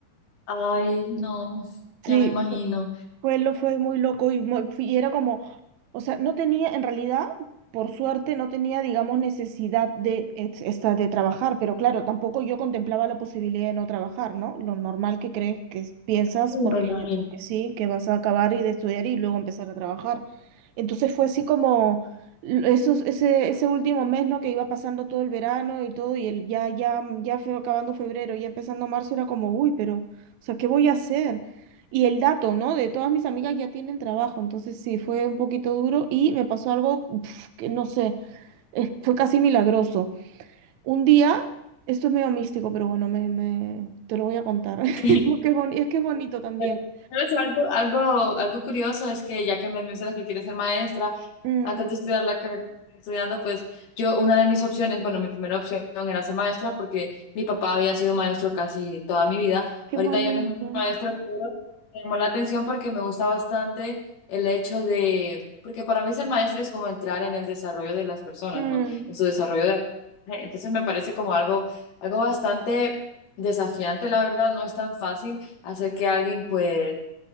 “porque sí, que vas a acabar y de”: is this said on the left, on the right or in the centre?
Right